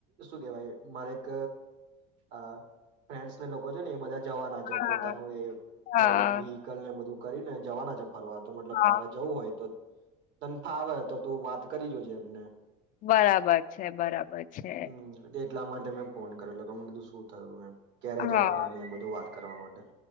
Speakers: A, on the right; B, on the left.
A: શું કેવાય? મારે એક અ ફ્રેન્ડસને લોકો છે ને, એ બધા. જવાના છે.
B: હા
A: પોતાનું એ
B: હા
A: પ્રાઈવેટ વેહિકલ ને બધું કરીને જવાના જ ફરવા તો મતલબ
B: હા
A: તારે જવું હોય તો તને ફાવે તો તું વાત કરી જોજે એમને.
B: બરાબર છે, બરાબર છે.
A: હમ એટલા માટે મેં ફોન કરેલો કે મેં કીધું શું થયું, એમ. ક્યારે
B: હા
A: જવાના ને એ બધું વાત કરવા માટે